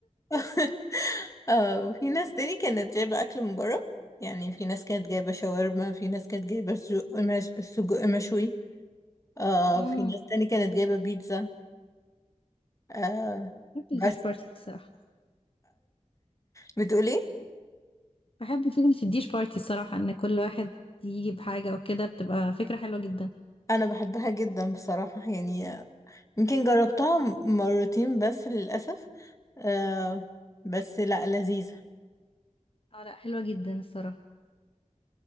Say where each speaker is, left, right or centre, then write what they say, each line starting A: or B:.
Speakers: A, on the left; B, on the left.
A: <laughs> اه وفي ناس تاني كانت جايبة أكل من بره يعني في ناس كانت جايبة شاورما في ناس كانت جايبة سجق مش... سجق مشوي آه
B: امم
A: في ناس تاني كانت جايبة بيتزا آه
B: بحب
A: بس
B: الديش بارتي الصراحة
A: بتقولي
B: بحب فكرة الديش بارتي الصراحة إن كل واحد يجي بحاجة وكده بتبقى فكرة حلوة جدا
A: أنا بحبها جدا بصراحة يعني آه، يمكن جربتها م- مرتين بس للأسف آه بس لا لذيذة
B: اه لا حلوة جدا الصراحة